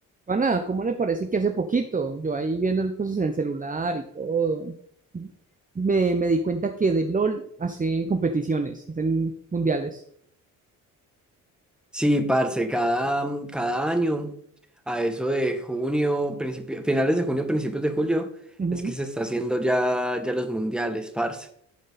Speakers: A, on the right; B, in the centre.
A: Pana, ¿cómo le parece que hace poquito, yo ahí viendo cosas en el celular y todo, me, me di cuenta que de LOL hacen competiciones, hacen mundiales.
B: Sí, parce, cada, mm, cada año, a eso de junio, principio, finales de junio, principios de julio,
A: Ujú.
B: es que se está haciendo ya, ya los mundiales, parce.